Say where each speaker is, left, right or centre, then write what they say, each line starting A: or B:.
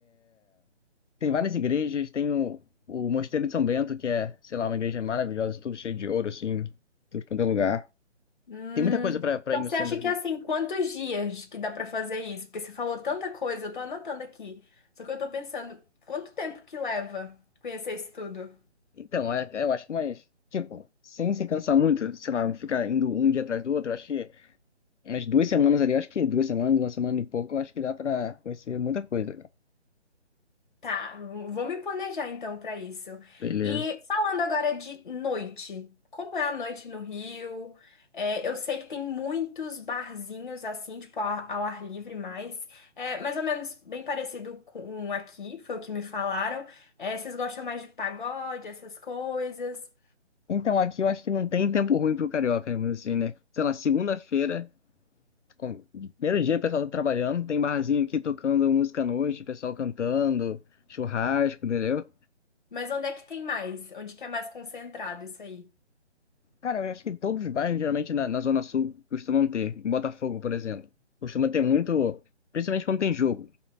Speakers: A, on the left; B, on the left.
A: tem várias igrejas, tem o, o Mosteiro de São Bento, que é, sei lá, uma igreja maravilhosa, tudo cheio de ouro, assim, tudo quanto é lugar.
B: Hum.
A: Tem muita coisa para
B: Então
A: ir no
B: você
A: centro.
B: acha que é assim, quantos dias que dá pra fazer isso? Porque você falou tanta coisa, eu tô anotando aqui. Só que eu tô pensando, quanto tempo que leva conhecer isso tudo?
A: Então, é- é, eu acho que mais, tipo, sem se cansar muito, sei lá, ficar indo um dia atrás do outro, eu acho que umas duas semanas ali, eu acho que duas semanas, uma semana e pouco, eu acho que dá pra conhecer muita coisa, cara.
B: Tá, vou me planejar então pra isso.
A: Beleza.
B: E falando agora de noite, como é a noite no Rio? É, eu sei que tem muitos barzinhos assim, tipo ao, ao ar livre mais, é, mais ou menos bem parecido com um aqui, foi o que me falaram. É, vocês gostam mais de pagode, essas coisas?
A: Então, aqui eu acho que não tem tempo ruim pro carioca, mesmo assim, né? Sei lá, segunda-feira, com- primeiro dia o pessoal tá trabalhando, tem barzinho aqui tocando música à noite, pessoal cantando, churrasco, entendeu?
B: Mas onde é que tem mais? Onde que é mais concentrado isso aí?
A: Cara, eu acho que todos os bairros, geralmente na, na Zona Sul, costumam ter. Em Botafogo, por exemplo, costuma ter muito, principalmente quando tem jogo.